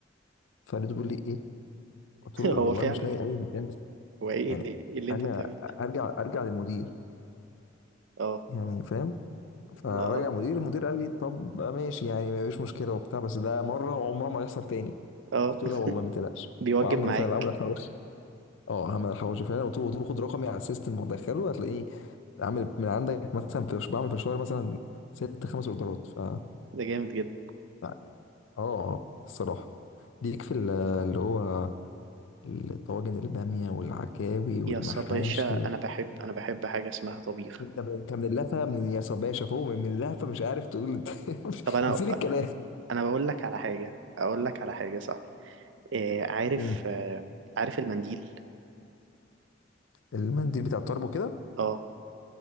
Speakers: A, on the left (about 75°); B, on the right (about 70°).
A: فلقيته بيقول لي ايه قلت له والله
B: هو فعلا
A: مش لاقي
B: يعني
A: اي مكان بس
B: هو ايه
A: يعني
B: اللي إيه اللي
A: قال
B: انت
A: لي
B: بتعمله ده
A: ارجع ارجع للمدير
B: اه
A: يعني فاهم فرجع
B: ما- اه
A: مدير المدير قال لي طب ماشي يعني ما فيش مشكله وبتاع بس ده مره وعمره ما هيحصل تاني
B: اه
A: قلت له لا والله ما تقلقش
B: بيوجب
A: وعمله
B: معاك
A: فعلا عمل الحواوشي اه عمل الحواوشي فعلا قلت له قلت له خد رقمي على السيستم ودخله هتلاقيه عامل من عندك مثلا في بعمل في الشهر مثلا ست خمس اوردرات ف
B: ده جامد جدا
A: لا، اه آه، الصراحه ليك في ال- اللي هو الطواجن الباميه والعكاوي والمحاشي
B: يا باشا
A: وال...
B: انا بحب انا بحب حاجة اسمها طبيخ
A: انت من انت من اللهفه من يا صباشا فوق من من اللهفه مش عارف تقول انت. <laughs>
B: طب انا
A: نسيت الكلام
B: انا بقول لك على حاجة اقول لك على حاجة صح إيه عارف
A: مم.
B: آه عارف المنديل
A: المنديل بتاع الطرب وكده
B: اه